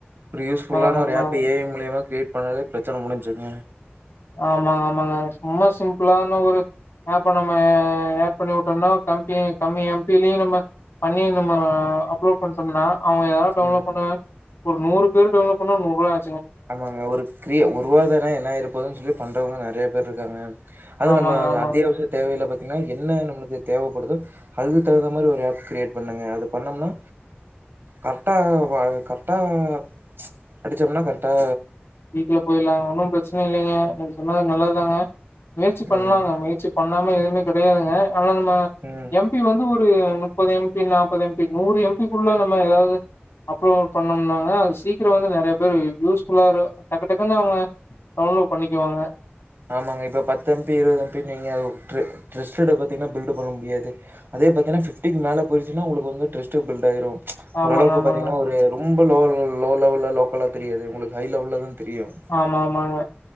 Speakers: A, on the right; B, on the left.
A: ஒரு யூஸ்புல்லான
B: உண்மதாங்க
A: ஒரு
B: உண்மதாங்க
A: ஆப் ஏ ஐ மூலியமா கிரியேட் பண்ணாலே பிரச்சன முடிஞ்சுங்க
B: ஆமாங்க ஆமாங்க சும்மா சிம்பிளானா ஒரு ஆப்ப நம்ம ஆட் பண்ணி விட்டோம்னா கம்பெனி கம்மி எம்பிலயும் நம்ம பண்ணி நம்ம அப்லோட் பண்ணிட்டோம்னா அவங்க ஏதாவது டவுன்லோட்
A: ம்.
B: பண்ணுறாங் ஒரு நூறு பேர் டெவலப் பண்ணா நூருவா ஆ
A: ஆமாங்க ஒரு கிர ஒருவாதன என்ன ஆயிரப்போதுன்னு சொல்லி பண்ணுறவங்க நறைய பேர் இருக்காங்க அது
B: ஆமாங்க
A: நம்ம
B: ஆமாங்க
A: அத்தியாவசிய தேவையில பாத்தீங்கன்னா என்ன நம்மளுக்கு தேவைப்படுதோ அதுக்கு தகுந்த மாரி ஒரு ஆப் கிரியேட் பண்ணுங்க அது பண்ணோம்னா கரெட்டா வ கரெக்ட்டா ச் அடுச்சோம்னா கரெக் டா
B: வீட்ல போயற்லாங்க ஒன்னும் பிரச்சனை இல்லைங்க நீங்க சொன்னது நல்லதுதாங்க முயற்சி பண்ணலாங்க
A: ம்,
B: முயற்சி பண்ணா ம எதுவுமே கெடையாதுங்க ஆனா நம்ம
A: ம்.
B: எம் பி வந்து ஒரு முப்பது எம் பி நாப்பது எம் பி நூறு எம் பி குள்ள நம்ம ஏதாவது அப்லோட் பண்ணோம்னாங்க அது சீக்கிரம் வந்து நெறைய பேரு யூஸ்ஃபுல்லா இரு டக்கு டக்குன்ன அவுங்க டவுன்லோட் பண்ணிக்குவாங்க
A: ஆமாங்க இப்ப பத்து எம் பி இருவது எம் பின் வைங்க அது ட்ரு ட்ரஸ்டட் பாத்தீங்கன்னா பில்டு பண்ண முடியாது அதே பாத்தீன்னா பிப்டிக்கு மேல போய்ருச்சுனா உங்களுக்கு வந்து ட்ரஸ்ட்டு பில்ட் ஆயிரும் ச்
B: ஆமாங்க,
A: ஓரளவுக்கு
B: ஆமாங்க.
A: பாத்தீங்கன்னா ஒரு ரொம் ரொம்ப லோ லெவல்லல லோக்கல்லா தெரியாது உங்களுக்கு ஹை லெவல்ல தான் தெரியும்.
B: ஆமா ஆமாங்க